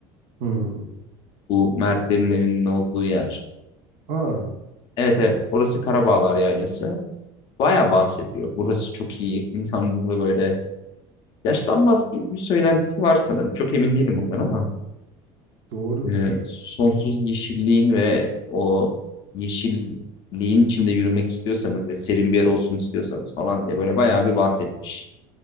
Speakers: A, on the right; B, on the left.
A: Hmm.
B: Bu Mertlerin evinin olduğu yer.
A: Ha,
B: Evet evet orası Karabağlar Yaylası. Baya bahsediyor. Burası çok iyi. İnsan burada böyle yaşlanmaz gibi bir söylentisi var sanırım. Çok emin değilim bundan ama.
A: doğrudur.
B: e, sonsuz yeşilliğin ve o yeşilliğin içinde yürümek istiyorsanız ve serin bir yer olsun istiyorsanız falan diye böyle bayağı bir bahsetmiş.